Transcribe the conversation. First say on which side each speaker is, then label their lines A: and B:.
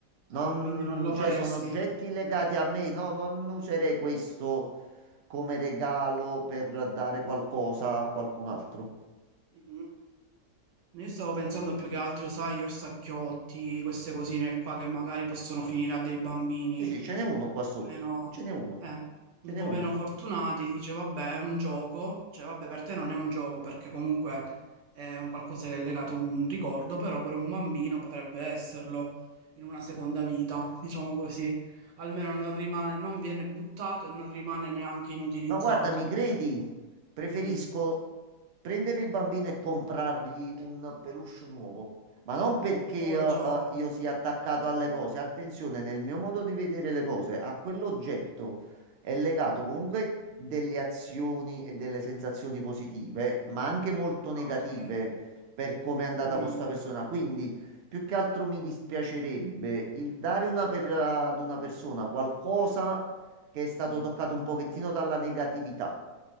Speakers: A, on the right; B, on the right.
A: Non,
B: Ah, quindi non lo faresti.
A: cioè, sono oggetti legati a me. No, non userei questo come regalo per dare qualcosa a qualcun altro.
B: Mhm. Io stavo pensando più che altro, sai, io sacchiotti, queste cosine qua che magari possono finire a dei bambini
A: Sì, sì, ce n'è uno
B: un
A: qua
B: po'
A: sotto.
B: meno,
A: Ce n'è uno.
B: eh, un
A: Ce n'è
B: po'
A: uno.
B: meno fortunati, dice vabbè è un gioco, cioè vabbè per te non è un gioco perché comunque è un qualcosa che è legato a un ricordo, però per un bambino potrebbe esserlo in una seconda vita, diciamo così, almeno non rimane, non viene buttato e non rimane neanche inutilizzato.
A: No, guarda, mi credi? Preferisco
B: Mm,
A: prendere il bambino e comprargli un peluche nuovo, ma non
B: Un
A: perché
B: nuovo
A: eh, eh,
B: gioco.
A: io sia attaccato alle cose. Attenzione, nel mio modo di vedere le cose, a quell'oggetto è legato comunque delle azioni e delle sensazioni positive, ma anche molto
B: Ah,
A: negative
B: ok.
A: per come è andata
B: Mm.
A: con questa persona. Quindi, più che altro mi dispiacerebbe il dare una per- ad una persona qualcosa che è stato toccato un pochettino dalla negatività.